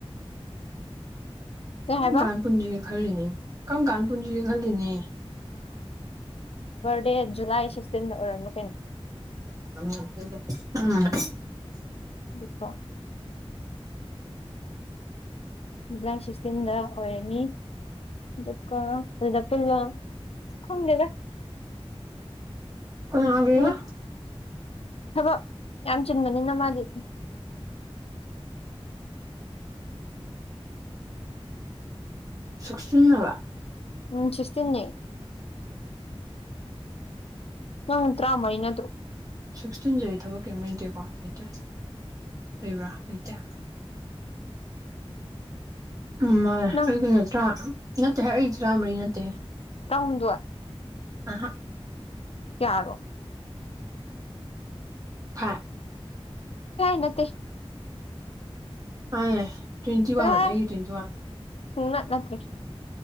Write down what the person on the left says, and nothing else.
ꯀꯩ
ꯍꯥꯏꯕ
ꯕꯔꯗꯦ ꯖꯨꯂꯥꯏ ꯁꯤꯛꯁꯇꯤꯟꯗ ꯑꯣꯏꯔꯝꯃꯤ ꯀꯩꯅꯣ
ꯂꯀꯣ ꯂꯁꯤꯁꯤꯗ ꯑꯣꯏꯔꯅꯤ ꯑꯗꯨꯒꯥ ꯄꯨꯜꯋꯥ ꯈꯣꯡꯒꯦꯗ
ꯃꯤ ꯊꯕꯛ ꯌꯥꯝ ꯆꯤꯟꯕꯅꯤꯅ ꯃꯥꯜꯂꯤ
ꯎꯝ ꯆꯁꯇꯅꯦ ꯅꯊ ꯇ꯭ꯔꯥ ꯃꯔꯤꯅ ꯅꯔ‌ꯣ
<inaudible>
ꯅꯪ
ꯇꯥꯎꯗ
ꯀꯔꯣ
ꯅꯠꯇ
ꯆꯠꯂꯍꯦ
ꯁꯨꯡꯅꯠ ꯅꯠꯇ꯭ꯔꯦ